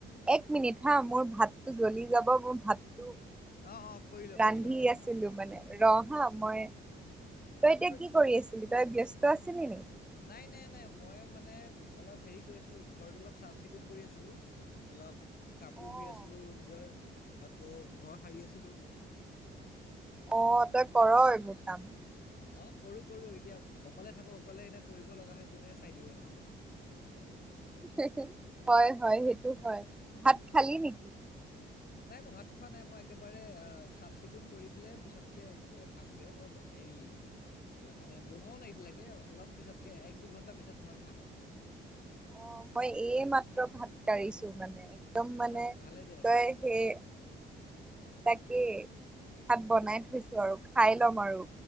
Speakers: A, in the centre; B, on the left.
A: এক মিনিট হা মোৰ ভাতটো জ্বলি যাব মোৰ ভাতটো
B: অ', অ', কৰি ল
A: ৰান্ধি
B: কৰি ল।
A: আছিলো মানে, ৰ হা মই তই এতিয়া
B: কৈ-
A: কি কৰি আছিলি, তই ব্যস্ত আছিলে নি?
B: নাই নাই নাই মই মানে অলপ হেৰি কৰি আছিলোঁ ঘৰটো অলপ চাফ চিকুণ কৰি আছিলোঁ। অলপ কাপোৰ
A: অ'
B: ধুই আছিলোঁ নিজৰ, আকৌ ঘৰ সাৰি আছিলোঁ।
A: অ তই কৰ এইবোৰ কাম?
B: অ কৰো কৰো এতিয়া অকলে থাকো অকলে এতিয়া কৰিব লগা হয় কোনে চাই দিব নহ'লে।
A: <inaudible> হয় হয় সেইটো হয়। ভাত
B: অ।
A: খালি নেকি?
B: নাই মই ভাত খোৱা নাই মই একেবাৰে চাফ চিকুণ কৰি পেলাই পিছতকৈ খামগে, মই হেৰি মানে বনোৱাও নাই এতিয়ালৈকে অলপ পিছতকে এক দুঘণ্টা পিছত মই খাম।
A: অ মই এই মাত্ৰ ভাত কাঢ়িছো মানে। একদম
B: আচ্ছা
A: মানে
B: ভালে দে
A: তই হেই
B: এ,
A: তাকে ভাত বনাই
B: তো
A: থৈছো আৰু খাই লম
B: আহ,
A: আৰু।